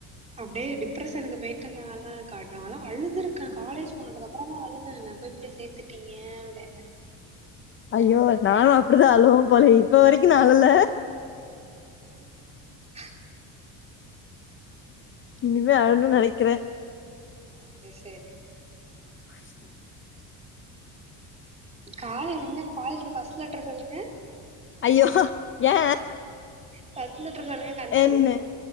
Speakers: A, on the right (about 15°); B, on the left (about 30°).
A: அப்டியே டிப்ரஷனுக்கு போயிட்டே நாலா கா நாலா அழுதுருக்கே காலேஜ் போனதுக்கு அப்புறமு அழுதே நா போய் இப்டி சேத்துட்டீங்க அப்டின்னு
B: ஐயோ நானு அப்டிதா அழுவே போலயே இப்ப வரைக்கு நா அழல
A: ம் ஹ்ம்
B: இனிமே அழனு நெனைக்கிறே
A: அது சரி
B: <inaudible>
A: காலேஜ் என்னங்க காலேஜோட ஃபஸ்ட் லெட்டர் சொல்லுங்க
B: ஐயோ ஏ
A: ஃபஸ்ட் லெட்டர் சொல்லுங்க கண்டுபிடிப்போ
B: என்னு